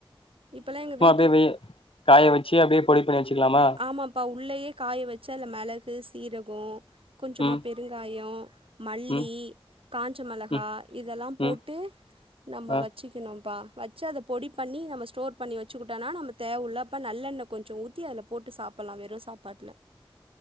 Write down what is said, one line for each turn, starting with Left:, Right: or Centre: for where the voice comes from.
Right: இப்பல்லா எங்க வீட்
Left: பிபி காய வச்சு அப்டியே பொடி பண்ணி வச்சுக்கலாமா
Right: ஆமாப்பா உள்ளேயே காய வச்சு அதில மெளகு சீரகோ கொஞ்சமா
Left: ம்
Right: பெருங்காயோ மல்லி
Left: ம்
Right: காஞ்ச மெளகா
Left: ம்
Right: இதெல்லா போட்டு
Left: ம்
Right: நம்ம
Left: ஆ
Right: வச்சிக்கணும்ப்பா வச்சு அத பொடி பண்ணி நம்ம ஸ்டோர் பண்ணி வச்சுக்கிட்டோனா நம்ம தேவை உள்ளப்ப நல்லெண்ணெ கொஞ்ச ஊத்தி அதில போட்டு சாப்பிட்லா வெறு சாப்பாட்ல